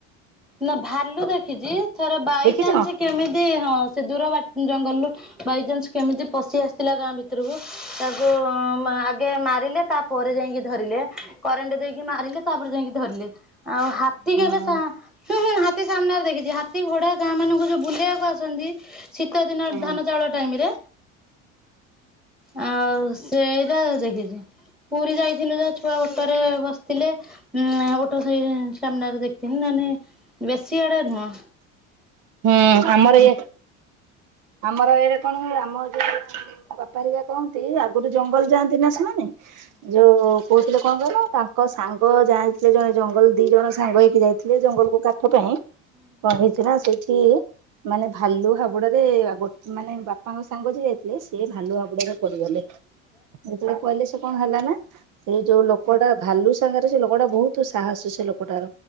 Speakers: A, in the centre; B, on the right.
A: ନା ଭାଲୁ ଦେଖିଚି ଥର ବାଇଚାନ୍ସ
B: ଦେଖିଛ?
A: କେମିତି ହଁ ସେ ଦୂର ବା ଜଙ୍ଗଲରୁୁ ବାଇଚନ୍ସ କେମିତି ପଶି ଆସିଥିଲା ଗାଁ ଭିତରକୁ ତାକୁ ମାରିଲେ ତା ପରେରେ ଯାଇକି ଧରିଲେ କରେଣ୍ଟ ଦେଇକି ମାରିଲେ ତାପରେ ଯାଇକି ଧରିଲେ। ଆଉ ହାତୀ
B: ହୁଁ
A: କେବେ ହାତୀ ସାମ୍ନାରେ ଦେଖିଚି ହାତୀ ଘୋଡା ଗାଁ ମାନଙ୍କୁ ଯୋଉ ବୁଲେଇବାକୁ ଆସନ୍ତି ଶୀତ ଦିନରେ
B: ହୁଁ
A: ଧାନ ଚାଉଳ ଟାଇମରେ। ଆଉ ସେଇରା ଦେଖିଚି। ପୁରୀ ଯାଇଥିଲେ ଯା ଛୁଆ ଓଟରେ ବସିଥିଲେ। ଉଁ ଓଠ ସେଇ ସାମ୍ନାରେ ଦେଖିଥିନି ନନେ ବେଶୀ ଆଡେ ନୁହଁ।
B: ହୁଁ
A: ଏଟିଏମ୍
B: ଆମର ଇଏ ଆମର ଏଇଡେ କଣ ହୁଏ ଆମ ଯଉ ବାପାରିକା କହନ୍ତି ଆଗରୁ ଜଙ୍ଗଲ ଯାଆନ୍ତି ନା ସେମାନେ। ଯୋଉ କହୁଥିଲେ କଣ କହିଲ ତାଙ୍କ ସାଙ୍ଗ ଯାଇଥିଲେ ଜଣେ ଜଙ୍ଗଲ ଦି ଜଣ ସାଙ୍ଗ ହେଇକି ଯାଇଥିଲେ ଜଙ୍ଗଲ କୁ କାଠ ପାଇଁ କଣ ହେଇଥିଲା ସେଇଠି ମାନେ ଭାଲୁ ହାବୁଡରେ ଗୋ ମାନେ ବା ବାପାଙ୍କ ସାଙ୍ଗ ଯିଏ ଯାଇଥିଲେ ସିଏ ଭଲୁ ହାବୁଡରେ ପଡିଗଲେ। ଯେତେବେଳେ ପଇଲେ ସେ କଣ ହେଲା ନା ସେଇ ଯୋଉ ଲୋକଟା ଭାଲୁ ସାଙ୍ଗରେ ସେ ଲୋକଟା ବହୁତ ସାହସ ସେ ଲୋକଟାର